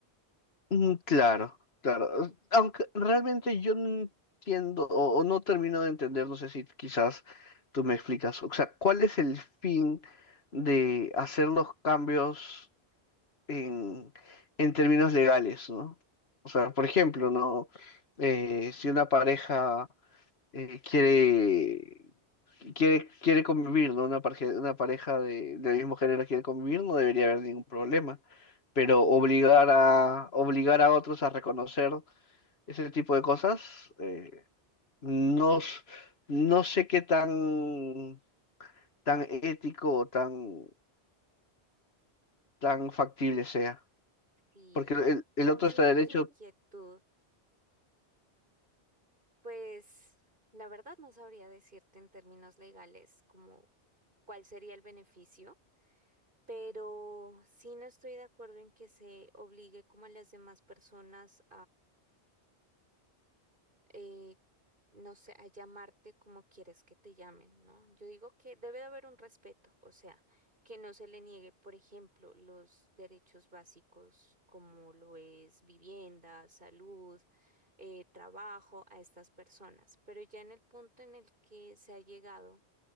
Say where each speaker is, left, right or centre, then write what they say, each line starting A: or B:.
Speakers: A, on the left (about 65°); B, on the right (about 50°).
A: Mm, Claro, claro. Aunque realmente yo no entiendo o, o no termino de entender, no sé si quizás tú me explicas, o sea, ¿cuál es el fin de hacer los cambios en, en términos legales, ¿no? O sea, por ejemplo, ¿no? Eh, si una pareja eh, quiere quiere, quiere convivir, ¿no? Una pareja, una pareja de, del mismo género quiere convivir, no debería haber ningún problema. Pero obligar
B: Mm,
A: a, obligar a otros a reconocer ese tipo de cosas, eh, no, s- no sé qué tan, tan ético o tan, tan factible sea.
B: Sí,
A: Porque
B: en-
A: el, el
B: entiendo
A: otro está derecho
B: tu inquietud. Pues la verdad no sabría decirte en términos legales como cuál sería el beneficio, pero sí no estoy de acuerdo en que se obligue como a las demás personas eh, no sé, a llamarte como quieres que te llamen, ¿no? Yo digo que debe de haber un respeto, o sea, que no se le niegue, por ejemplo, los derechos básicos como lo es vivienda, salud, eh, trabajo a estas personas, pero ya en el punto en el que se ha llegado